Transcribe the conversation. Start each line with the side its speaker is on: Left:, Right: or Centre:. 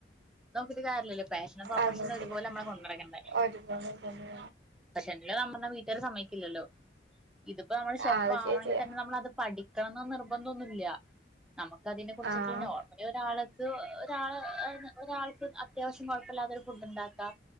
Centre: നോക്കിട്ട് കാര്യല്ലോ പാഷനും പ്രൊഫഷനും
Right: അത് ശരി
Centre: ഒരുപോലമ്മള് കൊണ്ടടക്കണ്ടേ
Right: ഒരുപോലെ തന്നെ
Centre: <unintelligible> പറഞ്ഞ വീട്ടാര് സമ്മേക്കില്ലല്ലോ ഇതിപ്പോ നമ്മള് ഷെഫ്
Right: അത്
Centre: ആവണെങ്കി
Right: ശരിയാ
Centre: തന്നെ നമ്മള അത് പഠിക്കണംന്ന് നിർബന്ധൊന്നുല്ല നമുക്ക് അതിനെ കുറിച്ചെക്കയി
Right: ആഹ്
Centre: നോർമലി ഒരാള് ഇത് ഒരാള് ഒരാൾക്ക് അത്യാവശ്യം കുഴപ്പില്ലാത്തൊരു ഫുഡ് ഉണ്ടാക്കാം